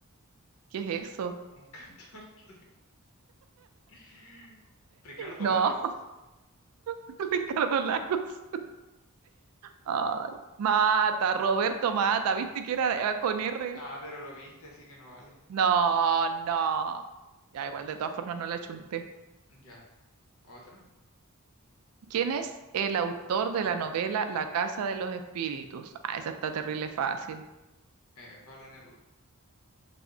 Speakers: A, on the right; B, on the left.
A: ¿Qué es eso?
B: Un cantante. <laughs> Ricardo
A: No,
B: Lagos.
A: <laughs> Ricardo Lagos. Ay, Mata, Roberto Mata, ¿viste que era eh, con R?
B: Ah, pero lo viste, así que no vale.
A: No, no. Ya igual, de todas formas no la chunté.
B: Ya. Otro.
A: ¿Quién es el autor de la novela La Casa de los Espíritus? Ah, esa está terrible fácil.
B: Eh, Pablo Neruda.